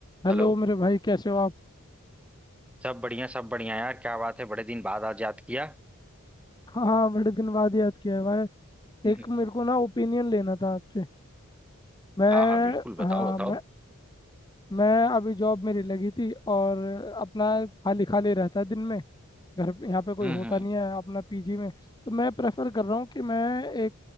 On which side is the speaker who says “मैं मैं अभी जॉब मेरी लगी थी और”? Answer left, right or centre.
Left